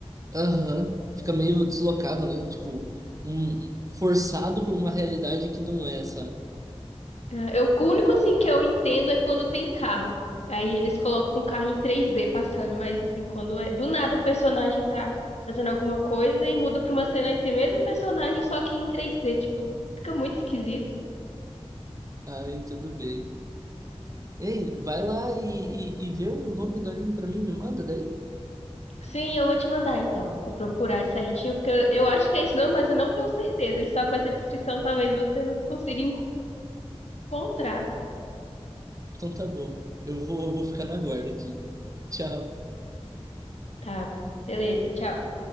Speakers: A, on the right; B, on the left.
A: Aham, Fica meio deslocado, né? Tipo, um, forçado por uma realidade que não é, sabe?
B: É, Eu, o único assim que eu entendo é quando tem carro. Aí eles colocam um carro em 3D passando, mas assim, quando é do nada o personagem tá fazendo alguma coisa e muda pra uma cena esse mesmo personagem, só que em 3D, tipo, fica muito esquisito.
A: Ah, eu entendo bem. Ei, vai lá e, e, e vê o nome do anime pra mim, me manda daí.
B: Sim, eu vou te mandar então. Vou procurar certinho, porque eu eu acho que é isso não, mas eu não tenho certeza. E só com essa descrição talvez você não consiga encontrar.
A: Então tá bom. Eu vou, vou ficar na guarda aqui. Tchau.
B: Tá, beleza, tchau.